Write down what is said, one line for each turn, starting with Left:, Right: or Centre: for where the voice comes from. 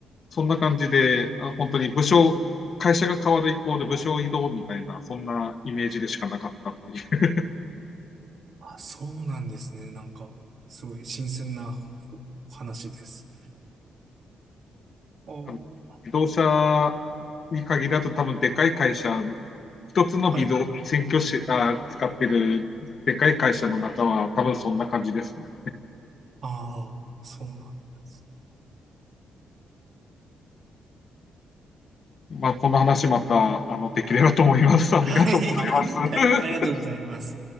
Left: そんな感じで、あの本当に部署、会社が変わる以降で部署移動みたいな、そんなイメージでしかなかったっていう。
Right: そうなんですね。なんか、すごい新鮮な話です。あー
Left: あの自動車に限らず多分でかい会社、一つのビデオ、
Right: はい。
Left: 新居しあ使ってるでかい会社の中は多分そんな感じですね。
Right: ああ、そうなんですね。
Left: まあ、この話またあのできればと思います。ありがとうございます。
Right: はい。
Left: <laughs>
Right: <laughs> はい。ありがとうございます。